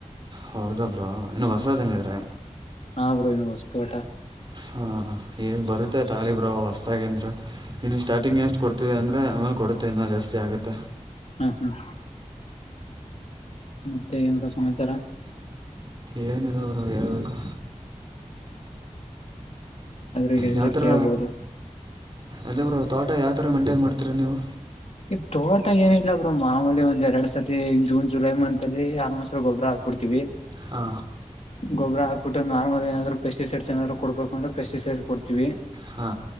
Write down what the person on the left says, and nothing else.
ಹಾ ಬ್ರೋ ಏನು ವಸ್ತುಟಾ.
ಹ್ಮ್ ಹ್ಮ್ ಮತ್ತೆ ಏನಡದ ಸಮಾಚಾರ.
ಅದ್ರಗ ಹೇಳಿದ್ರೆ
ಕೇಳಬಹುದು.
ಈ ತೋಟ ಏನೀಲ್ಲ ಬ್ರೋ ಮಾಮೂಲಿ ಒಂದ ಎರಡೇರಡ ಸರ್ತಿ ಜೂನ್ ಜುಲೈ ಮಂತಲ್ಲಿ ಆಲ್ಮೋಸ್ಲ್ ಗೊಬ್ಬರ ಹಾಕ್ ಬೀಡ್ತೀವಿ.
ಗೊಬ್ರ ಹಾಕಬಿಟ್ಟು ನಾರ್ಮಲ್ ಏನಾದ್ರು ಪೆಸ್ಟಿಸೈಡ್ಸ್ ಏನಾದರು ಕೊಡಬೇಕು ಅಂದ್ರ ಪೆಸ್ಟಿಸೈಡ್ಸ್ ಕೊಡ್ತೀವಿ.